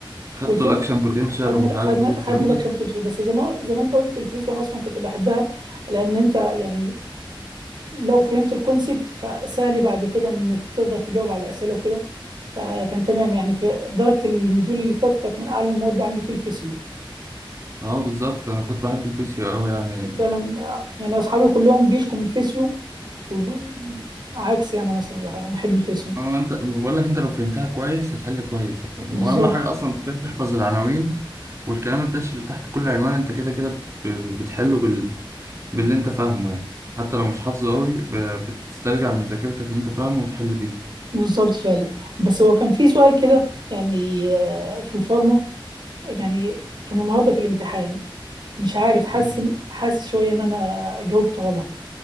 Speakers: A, on the right (about 35°); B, on the right (about 55°).
A: خدته
B: والفي
A: الاكشن بوتنشال
B: خدنا
A: ومش عارف
B: خدنا
A: ايه والكلام
B: خدنا لك
A: ده
B: شامبيونشيب بس زي ما زي ما انت قلت الفيسيو انا اصلا كنت بحبها لان انت يعني لو فهمت الكونسبت فسهل بعد كده انك تقدر تجاوب على الاسئله وكده فكان تمام يعني في درجه المديول اللي فات كانت من اعلى المواد عندي في الفيسيو
A: اه بالظبط انا كنت بحب الفيسيو قوي يعني
B: فعلا يعني اصحابي كلهم بيشكوا من الفيسيو وب- عكسي انا مثلا بح- انا بحب الفيسيو
A: ما هو انت بقول لك انت لو فهمتها كويس هتحل كويس يعني
B: بالظبط
A: واهم حاجه اصلا كفاية تحفظ العناوين والكلام الدش اللي تحت كل عنوان انت كده كده ب- بتحله بال... باللي انت فاهمه يعني حتى لو مش حافظه قوي ب- بتسترجع من ذاكرتك اللي انت فاهمه وتحل بيه
B: بالظبط فعلا بس هو كان في سؤال كده يعني آه، في الفارما يعني كان النهارده في الامتحان مش عارف حاسس
A: مم.
B: إن- حاسس شويه ان انا جاوبت غلط